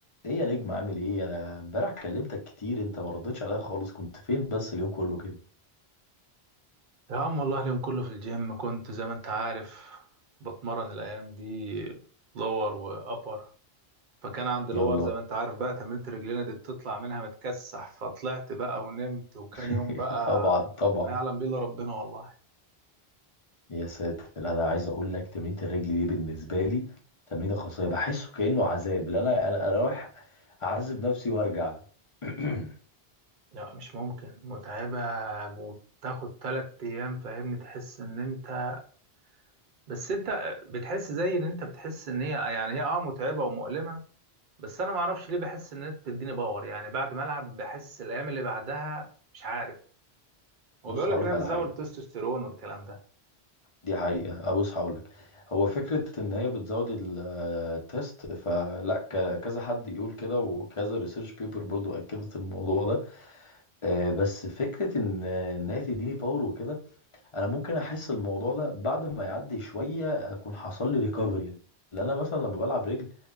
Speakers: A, on the left; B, on the right.
A: ايه يا نجم عامل ايه انا امبارح كلمتك كتير انت ما ردتش عليا خالص كنت فين بس اليوم كله كده
B: يا عم والله اليوم كله في الجيم كنت زي ما انت عارف بتمرن الايام دي لور وابر فكان عندي لور
A: يلا
B: زي ما انت عارف بقى تمرينة رجلينا دي بتطلع منها متكسح فطلعت بقى ونمت وكان يوم
A: <laughs>
B: بقى
A: طبعا طبعا
B: ما يعلم بيه الا ربنا والله
A: يا ساتر انا عايز اقول لك تمرينة الرجل دي بالنسبه لي تمرينه خاصه بحسه كانه عذاب اللي انا انا أنا رايح اعذب نفسي وارجع <clears throat>
B: لا مش ممكن متعبة وتاخد تلات ايام فاهمني تحس ان انت بس انت بتحس زي ان انت بتحس ان هي يعني هي اه متعبة ومؤلمة بس انا معرفش ليه بحس ان انت بتديني باور يعني بعد ما العب بحس الايام اللي بعدها مش عارف هو
A: بص
B: بيقول
A: هقول
B: لك انها
A: لك
B: بتزود
A: على حاجه
B: التستوستيرون والكلام ده
A: دي حقيقه أه بص هقول لك هو فكره ان هي بتزود ال- التست فلا ك- كذا حد يقول كده وكذا ريسيرش بيبر برضو اكدت الموضوع ده آه، بس فكرة إن إن هي تديني باور وكده أنا ممكن أحس الموضوع ده بعد ما يعدي شوية أكون حصل لي ريكفري لأن أنا مثلا لما بلعب رجل